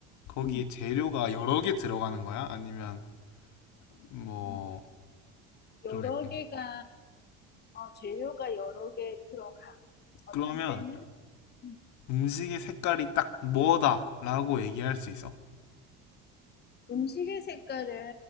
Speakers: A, on the left (about 65°); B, on the left (about 30°).
A: 거기에
B: 음,
A: 재료가 여러 개 들어가는 거야? 아니면 뭐
B: 음, 여러
A: 좀 약간
B: 개가 어, 재료가 여러 개 들어가. 어떤
A: 그러면
B: 때는 음,
A: 음식의 색깔이 딱 뭐다라고 얘기할 수 있어?
B: 음식의 색깔은